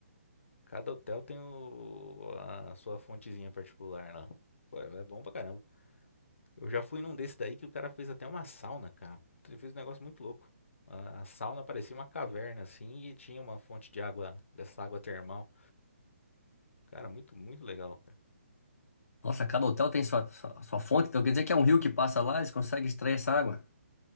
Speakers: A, on the left; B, on the left.
A: Cada hotel tem o- a sua fontezinha particular lá. Pô, é bom pra caramba. Eu já fui num desse daí que o cara fez até uma sauna, cara. Ele fez um negócio muito louco. A, a sauna parecia uma caverna, assim, e tinha uma fonte de água, dessa água termal. Cara, muito, muito legal. É,
B: Nossa, cada hotel tem sua, sua, sua fonte. Então quer dizer que é um rio que passa lá, eles conseguem extrair essa água.